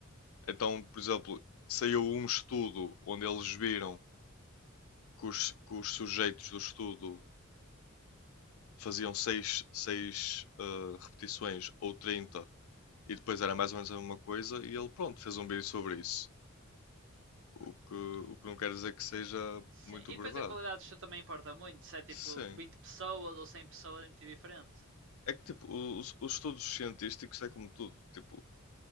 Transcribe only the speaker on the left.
Então, por exemplo, saiu um estudo onde eles viram que os, que os sujeitos do estudo faziam seis seis, uh, repetições ou 30 e depois era mais ou menos a mesma coisa e ele, pronto, fez um vídeo sobre isso. O que, o que não quer dizer que seja
muito
verdade.
Sim.
É que, tipo, os, os estudos científicos é como tudo. Tipo,